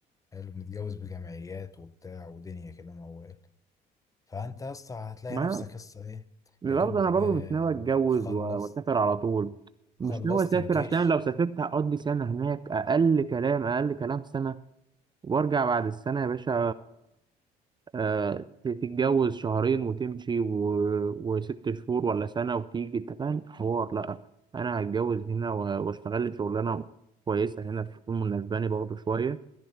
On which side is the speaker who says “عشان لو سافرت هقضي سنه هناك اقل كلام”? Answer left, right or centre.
Right